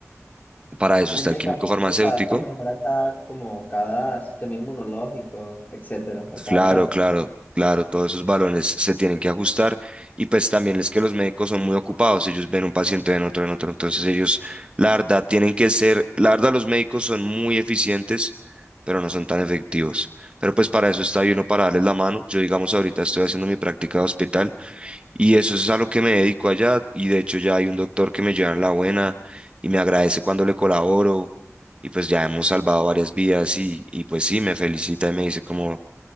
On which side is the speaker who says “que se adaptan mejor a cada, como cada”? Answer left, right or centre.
Left